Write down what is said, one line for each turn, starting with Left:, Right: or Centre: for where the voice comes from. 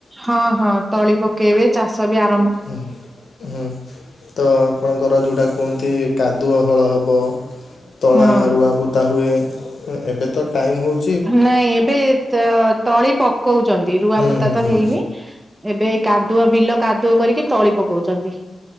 Right: ହଁ ହଁ ତଳି ପକେଇବେ ଚାଷ ବି ଆ
Left: ହୁଁ ହୁଁ ତ ଆପଣଙ୍କର ଯୋଉଟା କୁହନ୍ତି କାଦୁଅ ହଳ ହବ ତଳା
Right: ହୁଁ
Left: ରୁଆପୁତା ହୁଏ ଏବେ ତ ଟାଇମ୍ ହଉଛି
Right: ନାଇଁ ଏବେ ତଳି ପକଉଛନ୍ତି ରୁଆ
Left: ହୁଁ
Right: ପୋତା
Left: ହୁଁ
Right: ତ
Left: ହୁଁ
Right: ହେଇନି ଏବେ ଏ କାଦୁଅ ବିଲ କାଦୁଅ କରିକି ତଳି ପକଉଛନ୍ତି।